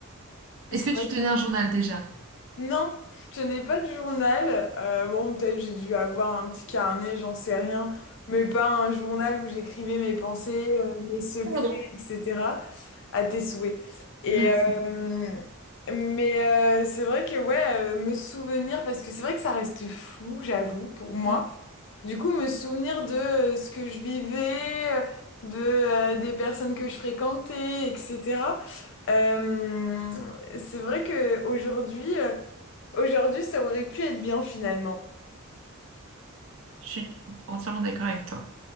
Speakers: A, on the right; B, on the left.
A: Est-ce
B: c'est
A: que tu
B: vrai que...
A: tenais un journal déjà?
B: Non, je tenais pas de journal. Euh, bon, peut-être j'ai dû avoir un petit carnet, j'en sais rien. Mais pas un journal où j'écrivais mes pensées, euh, mes secrets,
A: Pardon.
B: etc. à tes souhaits. Et,
A: Merci.
B: euh, mais euh, c'est vrai que, ouais, euh, me souvenir, parce que c'est vrai que ça reste flou, j'avoue, pour moi.
A: Mm.
B: Du coup, me souvenir de euh, ce que je vivais, euh, de euh, des personnes que je fréquentais, etc. Euh, c'est vrai que aujourd'hui, euh, aujourd'hui, ça aurait pu être bien finalement.
A: Je suis entièrement d'accord avec toi.